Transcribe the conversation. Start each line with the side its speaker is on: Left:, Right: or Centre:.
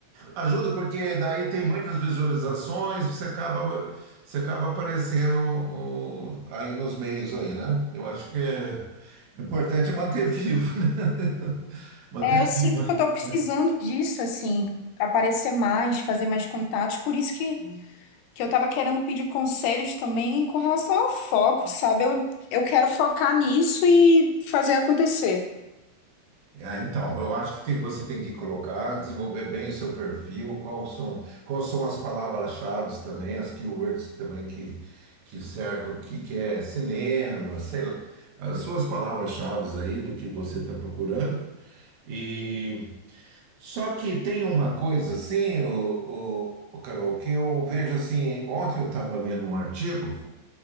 Right: ajuda porque daí tem muitas visualizações, você acaba, você acaba aparecendo o- aí nos meios aí, né? Eu acho que é importante manter vivo, né? <laughs> Manter
Left: É, eu sinto
Right: vivo.
Left: que eu tô precisando
Right: né?
Left: disso, assim, aparecer mais, fazer mais contatos. Por isso que, que eu tava querendo pedir conselhos também com relação ao foco, sabe? Eu, eu quero focar nisso e fazer acontecer.
Right: Ah, então, eu acho que tem- você tem que colocar, desenvolver bem o seu perfil, qual são, quais são as palavras-chave também, as keywords também que, que cercam, o que, que é cinema, sei lá, as suas palavras-chave aí do que você está procurando. E só que tem uma coisa assim, o, o, Carol, que eu vejo assim, ontem eu estava lendo um artigo.